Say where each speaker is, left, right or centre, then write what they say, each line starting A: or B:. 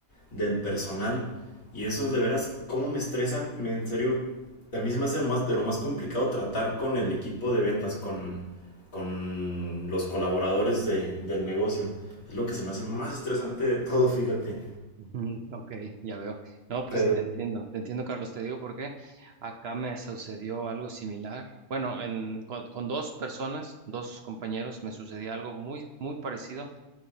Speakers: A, on the left; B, on the right.
A: del personal. Y eso de veras, ¿cómo me estresa? En serio, a mí se me hace más de lo más complicado tratar con el equipo de ventas, con, con los colaboradores de- del negocio. Es lo que se me hace más estresante de todo, fíjate.
B: Ujú, Ok, ya veo. No, pues
A: Pero,
B: sí te entiendo, te entiendo, Carlos, te digo por qué. Acá me sucedió algo similar. Bueno, en- con, con dos personas, dos compañeros, me sucedió algo muy, muy parecido.